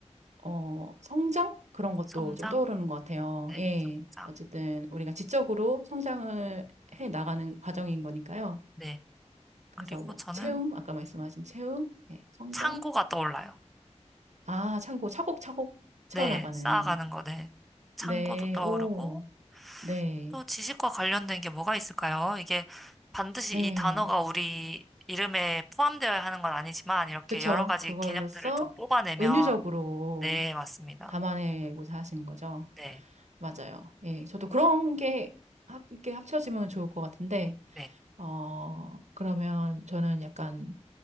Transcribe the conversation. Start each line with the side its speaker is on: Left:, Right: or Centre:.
Right: 어, 성장? 그런 것도
Centre: 성장,
Right: 좀 떠오르는 것 같아요.
Centre: 네,
Right: 예.
Centre: 성장,
Right: 어쨌든 우리가 지적으로 성장을 해 나가는 과정인 거니까요.
Centre: 네.
Right: 그래서
Centre: 그리고
Right: 뭐
Centre: 저는
Right: 채움, 아까 말씀하신 채움, 예, 성장.
Centre: 창고가 떠올라요.
Right: 아, 참고 차곡차곡 채워나가는.
Centre: 네, 쌓아가는 거, 네. 창고도
Right: 네,
Centre: 떠오르고,
Right: 오, 네,
Centre: 또 지식과 관련된 게 뭐가 있을까요? 이게 반드시
Right: 네.
Centre: 이 단어가 우리 이름에 포함되어야 하는 건 아니지만 이렇게
Right: 그쵸.
Centre: 여러 가지
Right: 그걸로써
Centre: 개념들을 좀 뽑아내면
Right: 은유적으로
Centre: 네, 맞습니다.
Right: 담아내고자 하시는 거죠.
Centre: 네,
Right: 맞아요. 예, 저도 그런 게 합, 이렇게 합쳐지면 좋을 것 같은데,
Centre: 네,
Right: 어, 그러면 저는 약간